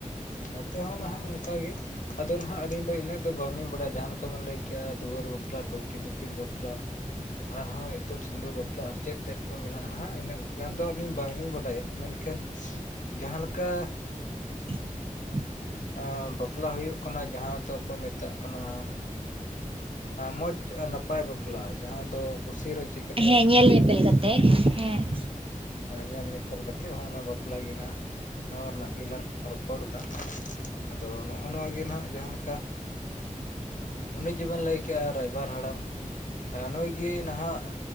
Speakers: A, on the left; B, on the right.
A: ᱱᱚᱛᱮ ᱦᱚᱸ ᱱᱟᱦᱟᱜ ᱚᱱᱠᱟᱜ ᱜᱮ᱾ ᱟᱫᱚ ᱱᱟᱦᱟᱸᱜ ᱟᱹᱞᱤᱧ ᱫᱚ ᱤᱱᱟᱹᱜ ᱫᱚ ᱵᱟᱝᱞᱤᱧ ᱵᱟᱲᱟᱭᱟ᱾ ᱡᱟᱦᱟᱸ ᱞᱮᱠᱟ ᱵᱤᱱ ᱞᱟᱹᱭ ᱠᱮᱜᱼᱟ, ᱫᱩᱣᱟᱹᱨ ᱵᱟᱯᱞᱟ ᱴᱩᱝᱠᱤ ᱫᱤᱯᱤᱞ ᱵᱟᱯᱞᱟ᱾ ᱟᱨᱦᱚᱸ ᱤᱛᱩᱫ ᱥᱤᱸᱫᱩᱨ ᱵᱟᱯᱞᱟ ᱟᱨ ᱪᱮᱫ ᱛᱮᱫ ᱠᱚ ᱢᱮᱱᱟᱜᱼᱟ, ᱱᱟᱦᱟᱜ ᱤᱱᱟᱹᱜ ᱜᱟᱱ ᱫᱚ ᱟᱹᱞᱤᱧ ᱵᱟᱝᱞᱤᱧ ᱵᱟᱰᱟᱭᱟ᱾ ᱢᱮᱱᱠᱷᱟᱱ ᱮᱠᱷᱟᱹᱱ ᱡᱟᱦᱟᱸ ᱞᱮᱠᱟ᱾
B: <inaudible>
A: ᱟᱸ ᱵᱟᱯᱞᱟ ᱦᱩᱭᱩᱜ ᱠᱟᱱᱟ ᱡᱟᱦᱟᱸ ᱫᱚᱠᱚ ᱢᱮᱛᱟᱜ ᱠᱟᱱᱟ᱾ ᱢᱚᱸᱡᱽ ᱟᱨ ᱱᱟᱯᱟᱭ ᱵᱟᱯᱞᱟ ᱡᱟᱦᱟᱸ ᱫᱚ ᱠᱩᱥᱤ ᱨᱟᱹᱡ
B: ᱦᱮᱸ ᱧᱮᱞ ᱧᱮᱯᱮᱞ ᱠᱟᱛᱮᱜ ᱦᱮᱸ-
A: ᱦᱚᱭ ᱧᱮᱞ ᱧᱮᱯᱮᱞ ᱠᱟᱛᱮ ᱦᱚᱸ ᱚᱱᱟ ᱵᱟᱯᱞᱟ ᱜᱮ ᱦᱟᱸᱜ ᱱᱚᱣᱟ ᱨᱮᱱᱟᱜ ᱜᱮᱞᱟᱝ ᱨᱚᱯᱚᱲᱫᱟ᱾ ᱟᱫᱚ ᱱᱚᱜᱼᱚ ᱱᱚᱣᱟ ᱜᱮ ᱱᱟᱦᱱᱟᱜ ᱡᱟᱦᱟᱸ ᱞᱮᱠᱟ, ᱩᱱᱤ ᱡᱮᱵᱮᱱ ᱞᱟᱹᱭ ᱠᱮᱜᱼᱟ ᱨᱟᱭᱵᱟᱨ ᱦᱟᱲᱟᱢ ᱱᱩᱭ ᱜᱮ ᱱᱟᱦᱟᱜ